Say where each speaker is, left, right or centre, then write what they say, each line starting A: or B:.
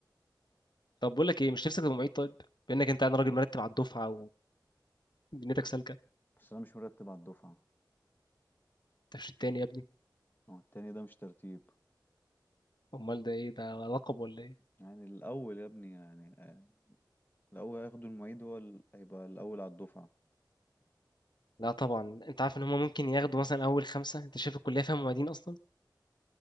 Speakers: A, on the left; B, on the left.
A: طب بقول لك ايه مش نفسك تبقى معيد طيب بانك انت انا راجل مرتب على الدفعه ودنيتك سالكه
B: بس أنا مش مرتب على الدفعة
A: انت مش التاني يا ابني
B: هو التاني ده مش ترتيب
A: امال ده ايه ده لقب ولا ايه
B: يعني الأول يا ابني يعني آه، الأول هياخدوا المعيد هو ال- هيبقى الأول على الدفعة
A: لا طبعا انت عارف ان هم ممكن ياخدوا مثلا اول خمسه انت شايف الكليه فيها معيدين اصلا